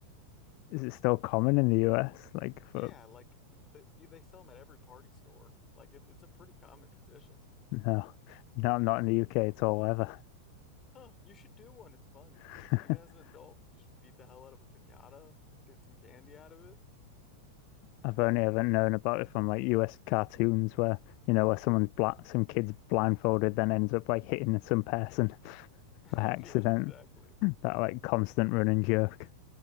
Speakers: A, on the left; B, on the left.
A: Is it still common in the US? Like for
B: Yeah, like they, they sell them at every party store. Like it, it's a pretty common tradition.
A: no, no, not in the UK at all ever.
B: Huh, you should do one. It's fun.
A: <laughs>
B: E, Even as an adult, you just beat the hell out of a piñata, get some candy out of it.
A: I've only ever known about it from like US cartoons where you know where someone's black, some kid's blindfolded, then ends up like hitting some person <laughs>
B: <laughs>
A: by accident.
B: Yeah, exactly.
A: That like constant running jerk.